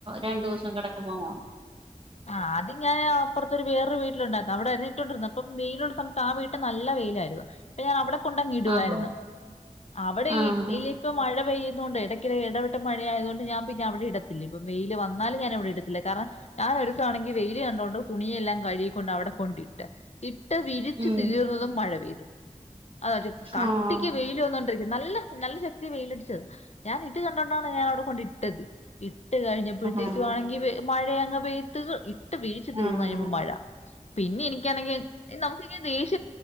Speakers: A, on the right; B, on the left.
A: രണ്ടു ദിവസം കിട <unintelligible>
B: ആഹ് അത് ഞാൻപ്പറത്തൊ വേറെ വീട്ടിലണ്ടായിരുന്നു അവിടെ അറിഞ്ഞിട്ടുണ്ടരരുന്നു അപ്പ വെയിയിലുള്ള സമയത്ത് ആ വീട്ട നല്ല യിലാർന്നു ഞൻ അവിടെ കൊണ്ടങ് ഇടായിരുന്നു
A: ആഹ്
B: അവിടെ
A: ആഹ്
B: ഇപ്പ മഴ പെയ്യ ഇതൊണ്ട് ഇടയ്ക്ക ഇടവിട്ട മഴായത് കൊണ്ട് ഞാൻ പിന്നെ അവിടെടത്തില്ലിപ്പോ വെയില് വന്നാലും ഞാന അവിടെ ഇടത്തില്ല കാരണം ഞാൻ ഒരുസം ആണെങ്കി വെയിൽ കണ്ടോണ്ട് തുണിയെല്ലാം കഴുകിക്കൊണ്ട് അവിടെ കൊണ്ടിട്ട് ഇട്ട് വിരിച്ച്
A: ഉം
B: തീർന്നതും മഴ പെയ്തു അത കട്ടിക്ക്
A: ആഹ്
B: വെൽ വന്നണ്ടി നല്ല നല്ല ശക്തി വെയിലടിച്ചത് ഞാൻ ഇട്ട് കണ്ടൊണ്ടാണ് ഞാനവി ട്ടത് ഇട്ട് കഴിഞ്ഞപ്പോഴത്തേക്ക
A: ആഹ്
B: വണെങ്കിൽ മഴ ഇട്ട് വീഴ്ച്ച് തീർന്ന്
A: ആഹ്
B: കഴിയ്ഞാപോ മഴ പിന്നെ എനിക്കാണെങ്ക നമുക്ക് ഇങ്ങനെ ദേഷ്യ